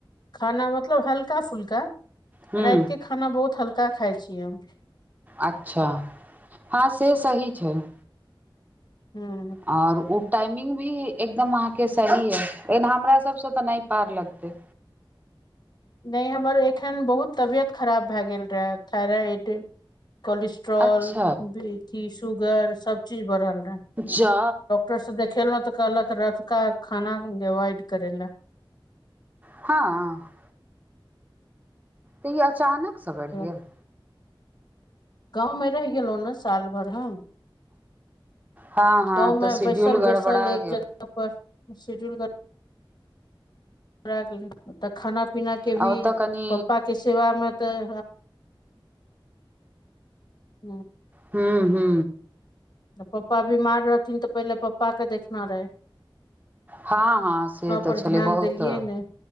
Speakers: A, on the left; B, on the right.
A: खाना मतलब हल्का फुल्का
B: हूँ
A: राति के खाना बहुत हल्का खाय छीयै हम।
B: अच्छा हँ से सही छैय।
A: ह्म्म
B: आओर ओ टाइमिंग भी एकदम अहाँके सही अइछ, एना हमरा सबसँ तऽ नहि पार लगतै।
A: नहि हमर एखन बहुत तबियत खराब भए गेल रहय थइराइड कोलेस्ट ट्रोल
B: अच्छा
A: बीपी सुगर सब चीज बढ़ल रऽहे।
B: जा
A: र से देखेलौं तऽ कहलक रातिक खाना अवाइड कऽरय ला।
B: हाँ तऽ ई अचानकसँ
A: लए
B: बढ़ि गेल?
A: गाँव मे रहि गेलहु ने साल भरि हम
B: हँ हँ
A: गाँवमें
B: तऽ शेड्यूल
A: बैसल
B: गड़बड़ा
A: बैसल एक
B: गेल
A: जगह पर शेड्यूल कर तऽ खाना पीना के भी
B: आ ओतऽ कनि
A: पपा के सेवामे तऽ हम
B: हू हू
A: तऽ पप्पा बीमार रहथिन तऽ पहिले पप्पाके देखना रहै।
B: हां हां से तऽ
A: पर
B: छलै
A: ध्यान
B: बहुत
A: देलियै ने